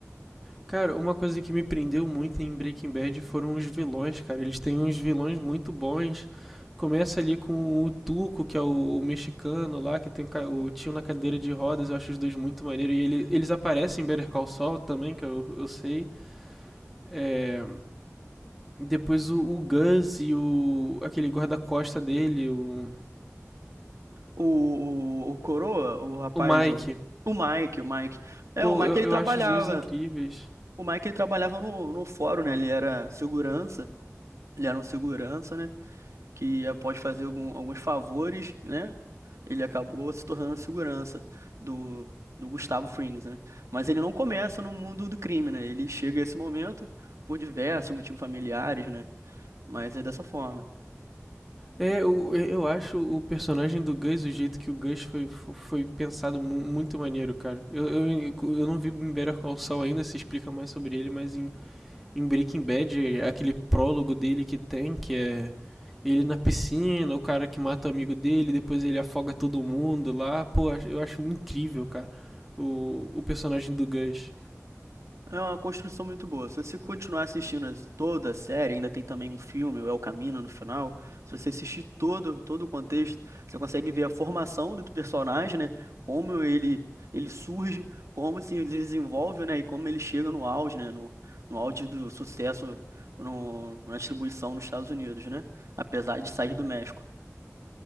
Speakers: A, in the centre; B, on the right (about 65°).
A: Cara, uma coisa que me prendeu muito em Breaking Bad foram os vilões, cara. Eles têm uns vilões muito bons. Começa ali com o Tuco, que é o, o mexicano lá, que tem o ca- o tio na cadeira de rodas. Eu acho os dois muito maneiros. E ele- eles aparecem em Better Call Saul também, que eu, eu sei. É, depois o, o Gus e o aquele guarda-costa dele, o,
B: O, o, o Coroa, o rapaz,
A: o Mike.
B: o, o Mike, o Mike. É,
A: Pô,
B: o Mike
A: eu,
B: ele
A: eu
B: trabalhava.
A: acho os dois incríveis.
B: O Mike ele trabalhava no, no fórum, né? Ele era segurança. Ele era um segurança, né? que após fazer algum- alguns favores, né, ele acabou se tornando segurança do, do Gustavo Frings, né? Mas ele não começa no mundo do crime, né? Ele chega a esse momento por diversos motivos familiares, né? Mas é dessa forma.
A: É, eu, eu acho o personagem do Gus, o jeito que o Gus foi, foi pensado mu- muito maneiro, cara. Eu, eu, eu não vi em Better Call Saul ainda, se explica mais sobre ele, mas em, em Breaking Bad, aquele prólogo dele que tem, que é ele na piscina, o cara que mata o amigo dele, depois ele afoga todo mundo lá. Pô, eu acho incrível, cara, o, o personagem do Gus.
B: É uma construção muito boa. Se você continuar assistindo as- toda a série, ainda tem também um filme, o El Camino, no final. Se você assistir todo, todo o contexto, você consegue ver a formação do personagem, né? Como ele, ele surge, como se desenvolve, né? E como ele chega no auge, né? No, no auge do sucesso no- na distribuição nos Estados Unidos, né? Apesar de sair do México.